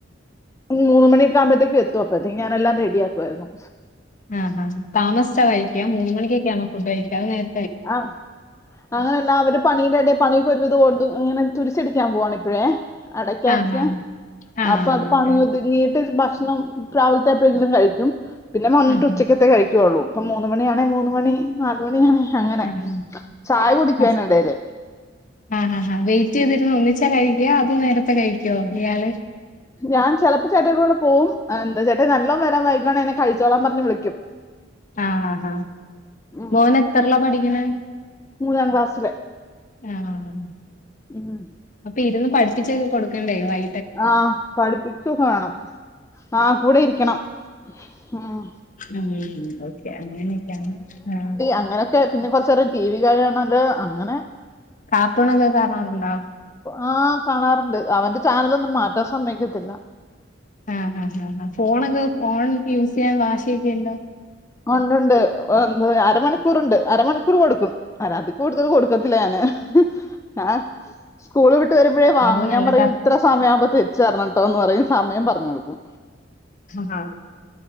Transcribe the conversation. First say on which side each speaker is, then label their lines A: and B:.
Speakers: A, on the left; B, on the left.
A: മൂന്ന് മണിയൊക്ക ആകുമ്പോത്തേക്കും എത്തും അപ്പഴത്തേക്ക്‌ ഞാനെല്ലാം റെഡിയാക്കുവാരുന്നു
B: ആഹ് ആഹ് ഹ താമസിച്ച കഴിക്ക മൂന്ന് മണിക്കൊക്കെ ആന്നോ ഫുഡ് കഴിക്കാ അതൊ നേര
A: ആഹ് അങ്ങനല്ലാ അവര് പണിയുടെ എടെ പണിയൊക്കെ ഒരുവിധം ഒതു ഇങ്ങനെ തുരിശടിക്കാൻ പോവാണിപ്പഴേ അടയ്ക്യാക്കെ
B: ആഹ് ഹാ ആഹ്
A: അപ്പൊ അത് പണി
B: ഓക്കെ
A: ഒതുങ്ങീട്ട് ഭക്ഷണം രാവിൽത്തെപ്പഴെങ്കിലും കഴിക്കും പിന്നെ വന്നിട്ടുച്ചയ്ക്കത്തെ
B: ആഹ് ഹാ
A: കഴിക്കുവുള്ളൂ ഇപ്പ മൂന്ന് മണിയാണേ മൂന്ന് മണി നാല് മണിയാണേ അങ്ങനെ
B: ആഹ്
A: ചായ കുടിക്കും
B: ഹസ്
A: അയ്നെടേല്
B: ആഹ് ആഹ് ആഹ് വെയിറ്റെയ്തിരുന്നു ഒന്നിച്ചാ കഴിക്കാ അതോ നേരത്തെ കഴിക്കോ ഇയാള്
A: ഞാൻ ചെലപ്പോ ചേട്ടായ്ടെ കൂടെ പോവും എന്താ ചേട്ടായി നല്ലോം വരാൻ വൈകാണെ ഞാൻ കഴ് ച്ചോളാൻ പറഞ്ഞു വിളിക്കും
B: ആഹ് ആഹ് ആഹ്
A: ഉം.
B: മോനെത്രയിലാ പഠിക്ക്‌ണെ
A: മൂന്നാം ക്ലാസ്സില്
B: ആഹ്
A: ഉം.
B: അപ്പ ഇരുന്ന് പഠിപ്പിച്ചൊക്കെ കൊടുക്കണ്ടേ വൈ
A: ആഹ് പഠിപ്പിച്ചൊക്കെ വേണം ആഹ് കൂടെ ഇരിക്കണം ഉം.
B: ഉം ഓക്കെ അങ്ങനൊക്കെയാണ് ആഹ്
A: അങ്ങനെയൊക്കെ പിന്നെ കൊർച്ചേരം ടി വി കാണല് അങ്ങനെ
B: കാർട്ടൂണൊക്കെ കാണാറുണ്ടോ
A: ആഹ് കാണാറുണ്ട് അവന്റെ ചാനലൊന്നും മാറ്റാൻ സമ്മയ്ക്കത്തില്ല
B: ആഹ് ആഹ് ആഹ് ആഹ് ഫോണൊക്കെ ഫോൺ യൂസ്ചെയ്യാൻ വാശിയൊക്കെ ഉണ്ടോ
A: ഒണ്ടൊണ്ട് അരമണി ക്കൂറുണ്ട് അരമണിക്കൂറ് കൊടുക്കും അനാത്തി കൂടുതൽ കൊടുക്കത്തില്ല ഞാന് ആഹ് സ്കൂള് വിട്ട് വരുമ്പഴേ വാങ്ങും
B: അത് നല്ലതാ
A: ഞാൻ പറയും ഇത്ര സമയാവുമ്പോ തിരിച്ചെറണട്ടോന്ന് പറയും സമയം പറഞ്ഞു കൊടുക്കും
B: ആഹ്